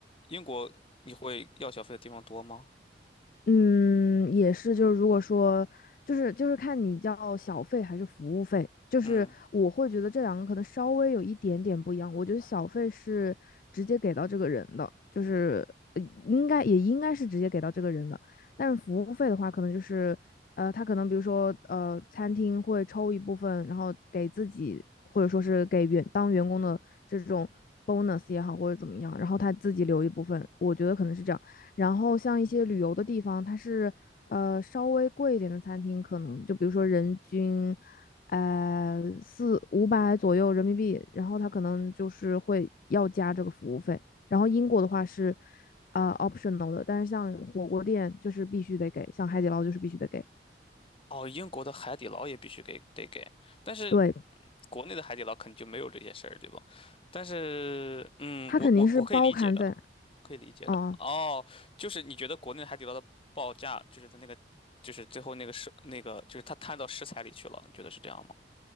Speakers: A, on the left (about 30°); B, on the left (about 50°).
A: 英国你会要小费的地方多吗？
B: 嗯，也是，就是如果说，就是就是看你叫小费还是服务费，就是我会觉得这两个可能稍微有一点点不一样。
A: 嗯，
B: 我觉得小费是直接给到这个人的，就是呃应该也应该是直接给到这个人的，但是服务费的话，可能就是呃，他可能比如说呃，餐厅会抽一部分，然后给自己或者说是给员当员工的这种 bonus 也好，或者怎么样，然后他自己留一部分，我觉得可能是这样。然后像一些旅游的地方，它是呃稍微贵一点的餐厅，可能就比如说人均呃四五百左右人民币，然后它可能就是会要加这个服务费。然后英国的话是呃 optional 的，但是像火锅店就是必须得给，像海底捞就是必须得给。
A: 哦，英国的海底捞也必须给得给，但是
B: 对，
A: 国内的海底捞肯定就没有这些事儿，对吧？但是，嗯，
B: 它肯定是包含在，
A: 我我我可以理解的，我可以理解的。
B: 哦、
A: 哦，就是你觉得国内海底捞的报价，就是它那个，就是最后那个是那个，就是它摊到食材里去了，你觉得是这样吗？